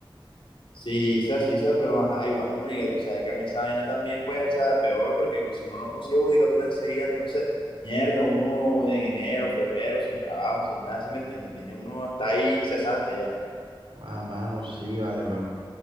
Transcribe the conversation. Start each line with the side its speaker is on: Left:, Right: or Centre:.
Left: Sí, sí, sí, sí, pero ajá, igual, marica, tú sabes que a mí esa vaina también, pues, o sea, peor porque si uno no consigue judicatura enseguida, entonces, mierda, uno en enero, febrero, sin trabajo, sin nada, ¿sí me entiendes? Tiene uno, está ahí cesante ya.
Right: Joda, mano, sí, vale, pero,